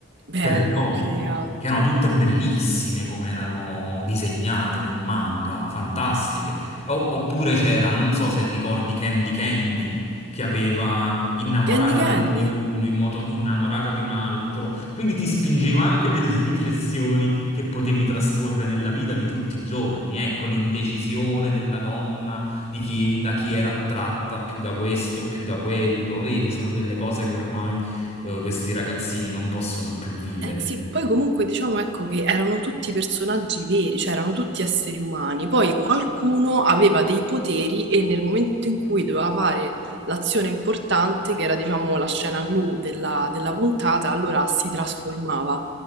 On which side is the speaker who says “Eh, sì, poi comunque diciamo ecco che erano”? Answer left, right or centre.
Right